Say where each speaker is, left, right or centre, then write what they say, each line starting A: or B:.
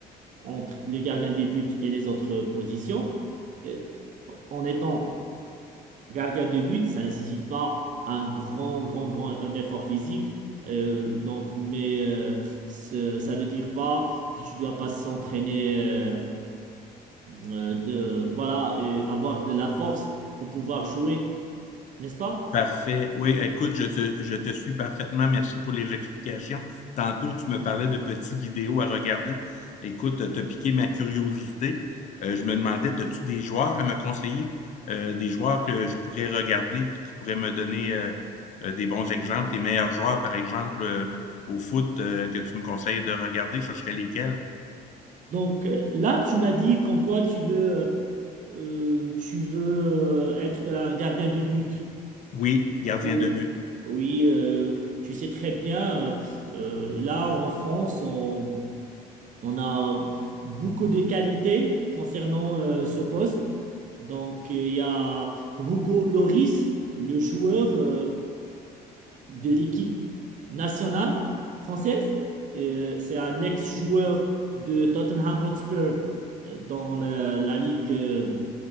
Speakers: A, on the right; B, on the left.
A: entre le gardien des buts et les autres positions. Et en étant gardien de but, ça ne nécessite pas un grand, grand, grand un effort physique. Euh, donc, mais euh, ce- ça veut dire pas que tu dois pas s'entraîner, euh, euh, de, voilà, et avoir de la force pour pouvoir jouer, n'est-ce pas?
B: Parfait. Oui, écoute, je te, je te suis parfaitement. Merci pour les explications. Tantôt, tu me parlais de petites vidéos à regarder. Écoute, t'as piqué ma curiosité. Euh, je me demandais, as-tu des joueurs à me conseiller? Euh, des joueurs que je pourrais regarder puis qui pourraient me donner euh, euh, des bons exemples, les meilleurs joueurs, par exemple, euh, au foot euh, que tu me conseilles de regarder, ce serait lesquels?
A: Donc euh, là, tu m'as dit qu'en quoi tu veux, euh, tu veux euh, être un gardien de but.
B: Oui, gardien
A: Euh,
B: de but.
A: Oui, euh, tu sais très bien, euh, là en France, on, on a beaucoup de qualités concernant euh, ce poste. Donc, euh, il y a Hugo Loris, le joueur euh, de l'équipe nationale française. Euh, c'est un ex-joueur de Tottenham Hotspur euh, dans la, la ligue, euh,